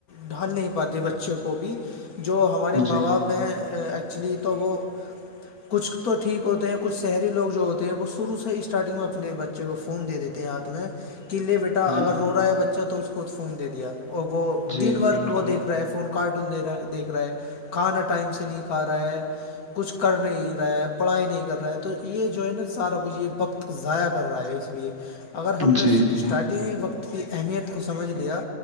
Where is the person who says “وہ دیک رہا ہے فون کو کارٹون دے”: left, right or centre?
Left